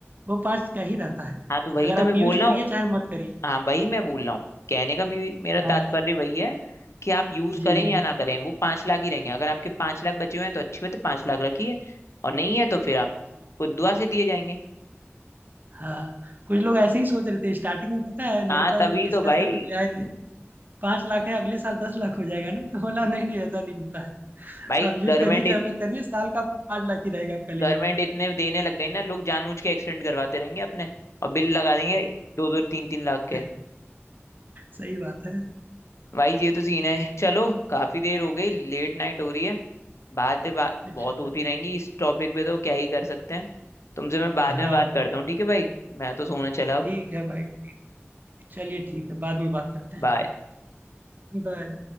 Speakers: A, on the right; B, on the left.
A: वो पाँच का ही रहता है
B: हाँ तो वही
A: अगर
B: तो
A: आप
B: मैं
A: यूज
B: बोल रहा
A: करिए
B: हूँ
A: चाहे मत करिए
B: हाँ वही मैं बोल रहा हूँ कहने का भी मेरा
A: हाँ
B: तात्पर्य वही है कि आप यूज
A: जी
B: करें
A: जी
B: या ना करें वो पांच लाख ही रहेंगे अगर आपके पांच लाख बचे हुए हैं तो अच्छी बात है पांच लाख रखिए और नहीं है तो फिर आप
A: जी
B: को दुआ से दिए जाएंगे
A: हाँ कुछ लोग ऐसे ही सोच रहे थे स्टार्टिंग में पता है मेरे
B: हाँ
A: पास
B: तभी
A: लोग डिस्कस
B: तो भाई
A: करने के लिए आए थे पांच लाख है अगले साल दस लाख हो जाएगा ना तो बोला नहीं नहीं ऐसा नहीं होता है
B: भाई
A: आप यूज
B: गवर्नमेंट
A: करिए चाहे मत करिए साल का पांच लाख ही रहेगा आपका लिमिट
B: गवर्नमेंट इतने देने लग गई ना लोग जानबूझ के एक्सीडेंट करवाते रहेंगे अपने और बिल लगा देंगे दो दो तीन तीन लाख
A: <laughs>
B: के
A: सही बात है
B: भाई ये तो सीन है चलो काफी देर हो गई लेट नाइट हो रही है बातें बात
A: अच्छा
B: बहुत होती रहेंगी इस टॉपिक पे तो क्या ही कर सकते हैं तुमसे मैं बाद
A: हाँ
B: में बात
A: हाँ
B: करता हूँ ठीक है भाई मैं तो सोने चला अब
A: ठीक है भाई ठीक चलिए ठीक है बाद में बात करते
B: Bye.
A: हैं बाय